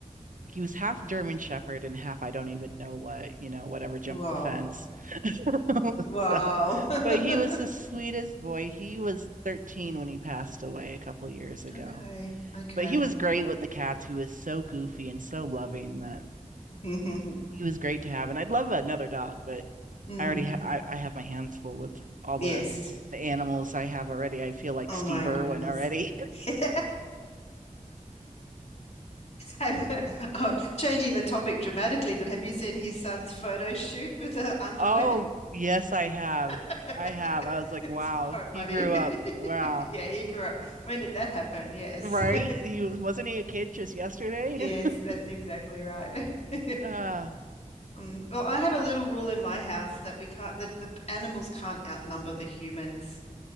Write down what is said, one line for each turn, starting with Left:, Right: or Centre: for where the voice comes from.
Right: he was half German Shepherd and half I don't even know what, you know, whatever jumped
Left: Wow.
Right: the fence. <laughs>
Left: Wow.
Right: So,
Left: <laughs>
Right: but he was the sweetest boy. He was 13 when he passed away a couple of years ago.
Left: Okay. Okay.
Right: But he was great with the cats. He was so goofy and so loving that
Left: <laughs>
Right: he was great to have. And I'd love another dog, but
Left: Mm,
Right: I already ha I, I have my hands full with all
Left: yes.
Right: the the animals I have already. I feel like
Left: Oh
Right: Steve
Left: my
Right: Irwin
Left: goodness.
Right: already. <laughs>
Left: <laughs> Have, oh, changing the topic dramatically, but have you seen his son's photo shoot with the underwear?
Right: Oh, yes, I have.
Left: <laughs>
Right: I have. I was like,
Left: It's
Right: wow,
Left: quite
Right: he
Left: funny.
Right: grew
Left: <laughs>
Right: up. Wow.
Left: Yeah, he grew up. When did that happen? Yes.
Right: Right?
Left: <laughs>
Right: He was, wasn't he a kid just yesterday?
Left: Yes,
Right: <laughs>
Left: that's exactly right. <laughs>
Right: Uh,
Left: Um, well, I have a little rule in my house that we can't, that the animals can't outnumber the humans.